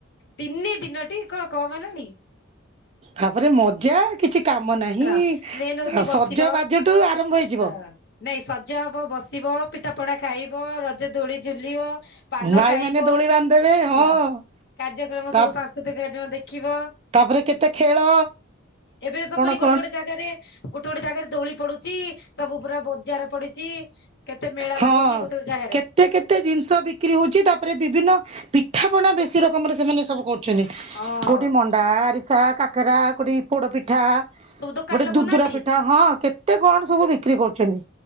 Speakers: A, on the left; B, on the right.
A: ତିନି ଦିନଟି କଁ କମ ହେଲାଣି।
B: ତାପରେ ମଜା କିଛି କାମ ନାହିଁ
A: ଶୁଣ
B: ଆଉ
A: ମେନ୍ ହଉଛି ବସିବ
B: ସଜ ବାଜଠୁ ଆରମ୍ଭ ହେଇଯିବ।
A: ହଁ ନାଇଁ ସଜ ହବ ବସିବ ପିଠା ପଣା ଖାଇବ ରଜ ଦୋଳି ଝୁଲିବ। ପାନ
B: ଭାଇ
A: ଖାଇବ
B: ମାନେ ଦୋଳି ବାନ୍ଧିଦେବେ ହଁ
A: ବାସ କାର୍ଯ୍ୟକ୍ରମ
B: ତା
A: ସବୁ ସାଂସ୍କୃତିକ କାର୍ଯ୍ୟକ୍ରମ ଦେଖିବ।
B: ତାପରେ କେତେ ଖେଳ
A: ଏବେ ତ ପୁଣି
B: କଣ।
A: ଗୋଟେ ଗୋଟେ ଜାଗାରେ ଗୋଟେ ଗୋଟେ ଜାଗାରେ ଦୋଳି ପଡୁଛି ସବୁ ପୁରା ବଜାର ପଡିଛି। କେତେ ମେଳା
B: ହଁ
A: ଲାଗୁଛି ଗୋଟେ ଗୋଟେ ଜାଗାରେ।
B: କେତେ କେତେ ଜିନିଷ ବିକ୍ରି ହଉଛି ତାପରେ ବିଭିନ୍ନ ପିଠା ପଣା ବେଶୀ ରକମରେ ସେମାନେ ସବୁ କର ଛନ୍ତି
A: ହଁ
B: କୋଉଠି ମଣ୍ଡା ଆରିସା କାକରା କୋଉଠି ପୋଡପିଠା।
A: ସବୁ ଦୋକାନ
B: ଗୋଟେ
A: ଲଗଉନାହାନ୍ତି।
B: ଦୂର୍ଦୁରା ପିଠା। ହଁ କେତେ କଣ ସବୁ ବିକ୍ରି କରୁଛନ୍ତି